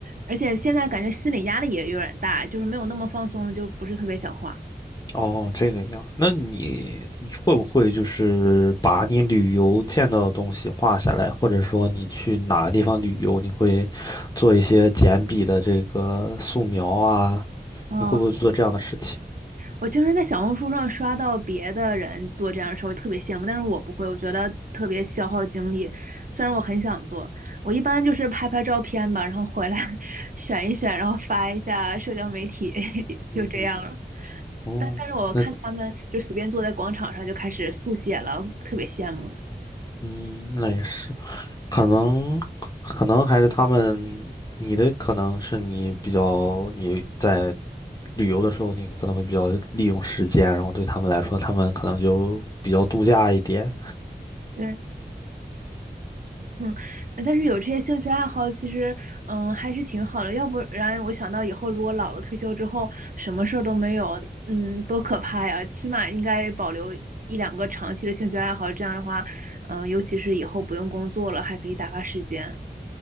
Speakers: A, on the right; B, on the left.
A: 而且现在感觉心理压力也有点大，就是没有那么放松了，就不是特别想画。
B: 哦，这个样。那你你会不会就是把你旅游见到的东西画下来，或者说你去哪个地方旅游，你会做一些简笔的这个素描啊？
A: 嗯，
B: 你会不会做这样的事情？
A: 我经常在小红书上刷到别的人做这样的事儿，我特别羡慕，但是我不会，我觉得特别消耗精力。虽然我很想做，我一般就是拍拍照片吧，然后回来 <laughs> 选一选，然后发一下社交媒体，<laughs> 就这样了。
B: 嗯哼，哦，
A: 但但是我看他们就随便坐在广场上就开始速写了，
B: 那
A: 特别羡慕。
B: 嗯，那也是，可能可能还是他们，你的可能是你比较你在旅游的时候，你可能会比较利用时间，然后对他们来说，他们可能就比较度假一点。
A: 对，嗯，呃但是有这些兴趣爱好，其实嗯还是挺好的。要不然我想到以后如果老了退休之后，什么事儿都没有，嗯，多可怕呀！起码应该保留一两个长期的兴趣爱好，这样的话，嗯，尤其是以后不用工作了，还可以打发时间。